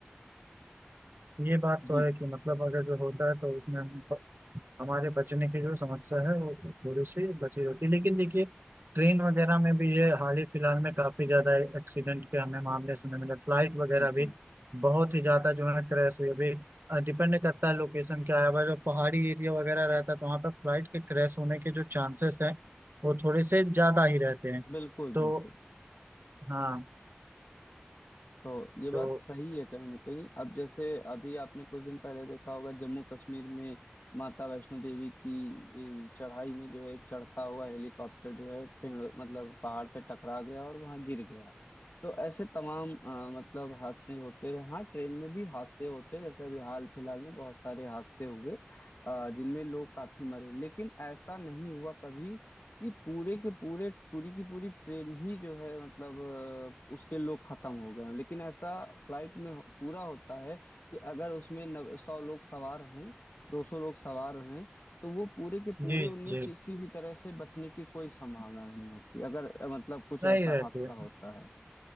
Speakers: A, on the right; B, on the left.
A: ये बात तो
B: जी
A: है कि मतलब अगर जो होता है तो उसमें हम हमारे बचने की जो समस्या है वो थोड़ी सी बची रहती है लेकिन देखिए ट्रेन वगैरह में भी ये हाल ही फिलहाल में काफी ज्यादा एक्सीडेंट के हमें मामले सुनने मिले फ्लाइट वगैरह
B: बिल्कुल
A: भी बहुत ही ज्यादा जो है क्रैश हुई अभी डिपेंड करता है लोकेशन क्या है अगर जो पहाड़ी एरिया वगैरह रहता है तो वहाँ पर फ्लाइट के क्रैश होने के जो चांसेस हैं वो थोड़े से ज्यादा ही रहते हैं
B: बिल्कुल
A: तो
B: बिल्कुल
A: हाँ
B: तो ये बात
A: तो
B: सही है कहीं ना कहीं अब जैसे अभी आपने कुछ दिन पहले देखा होगा जम्मू कश्मीर में माता वैष्णो देवी की ए, चढ़ाई में जो है एक चढ़ता हुआ हेलीकॉप्टर जो है पेड़ मतलब पहाड़ से टकरा गया और वहां गिर गया तो ऐसे तमाम अ, मतलब हादसे होते रहे हाँ ट्रेन में भी हादसे होते हैं जैसे अभी हाल फिलहाल में बहुत सारे हादसे हुए अ, जिनमें लोग काफी मरे लेकिन ऐसा नहीं हुआ कभी नहीं पूरे के पूरे पूरी की पूरी ट्रेन ही जो है मतलब अ, उसके लोग खत्म हो गए हैं। लेकिन ऐसा फ्लाइट में हो- पूरा होता है कि अगर उसमें नव, सौ लोग सवार हैं दो सौ लोग सवार हैं तो वो पूरे के पूरे
A: जी
B: उनमें
A: जी
B: किसी भी तरह से बचने की कोई संभावना नहीं होती अगर अ, मतलब कुछ
A: नहीं
B: ऐसा
A: रहते
B: हादसा होता है